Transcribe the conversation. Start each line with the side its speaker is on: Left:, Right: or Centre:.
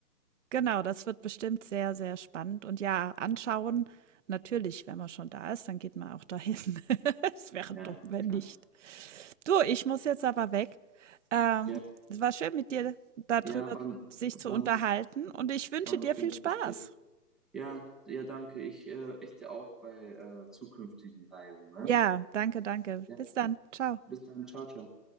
Right: Genau, das wird bestimmt sehr, sehr spannend und ja, anschauen natürlich, wenn man schon da ist, dann geht man auch dahin. <laughs> Es wäre
Centre: Ja,
Right: dumm, wenn
Centre: klar.
Right: nicht. Du, ich muss jetzt aber weg. Ähm,
Centre: Ja,
Right: es war schön, mit dir darüber
Centre: ja, wann,
Right: sich
Centre: wann.
Right: zu unterhalten und ich wünsche
Centre: War ein
Right: dir
Centre: schönes
Right: viel Spaß.
Centre: Gespräch. Ja, ja, danke. Ich, äh, ich dir auch bei äh, zukünftigen Reisen, ne?
Right: Ja, danke, danke.
Centre: Ja,
Right: Bis dann. Ciao.
Centre: bis dann. Ciao, ciao.